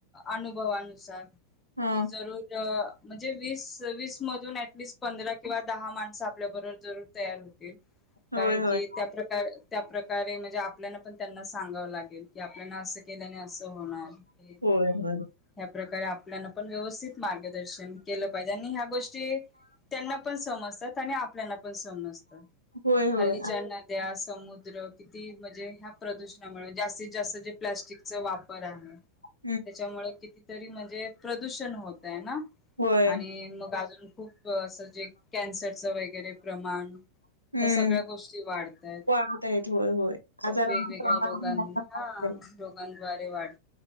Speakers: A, on the left; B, on the right.
A: अनुभवानुसार..
B: हा
A: की जरूर म्हणजे वीस वीस मधून ऍटलिस्ट पंधरा किंवा दहा माणसं आपल्या बरोबर जरूर तयार होतील.
B: होय
A: कारण
B: होय
A: की <unintelligible> त्या प्रकारे म्हणजे आपल्या पण त्यांना सांगावं लागेल की आपल्याना अस केल्याने अस होणार. त्या
B: होय होय.
A: प्रकारे अपंग मॅडम आपण व्यवस्थित मार्गदर्शन केलं पाहिजे आणि ह्या गोष्टी त्यांना पण समजतात आणि आपल्याना पण समजतात.
B: होय होय.
A: हल्लीच्या नद्या समुद्र किती म्हणजे ह्या प्रदूषणामुळे जास्तीत जास्त जे प्लस्टिकचा वापर आहे त्याच्यामुळे
B: हम्म
A: किती. तरी म्हणजे प्र प्रदूषण होतय ना
B: होय
A: आणि मग अंग खूप असं कन्सरच वगरे प्रमाण
B: हम्म
A: ह्या सगळ्या गोष्टी वाटताय
B: वाढत आहेत होय होय. आजारांचे
A: वेगवेगळ्या
B: प्रमाण
A: रोगां
B: पण वाढत
A: ह
B: आहे.
A: रोगांवर ते वाढ